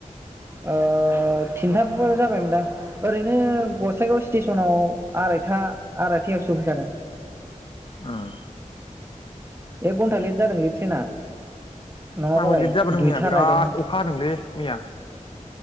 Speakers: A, on the right (about 20°); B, on the left (about 40°).
A: ओ थिनथाफोर जाबायमोन दा ओरैनो गसाइगाव स्टेसनाव आरायथा आरायथायावसो सफैखादों
B: उम
A: एक घन्टा लेट जादोंलै ट्रेना। नङाबालाय
B: आंबो लेट जाबोदों
A: दुइथा
B: मैया बिराद
A: राइदआवनो
B: अखा हादोंलै मैया।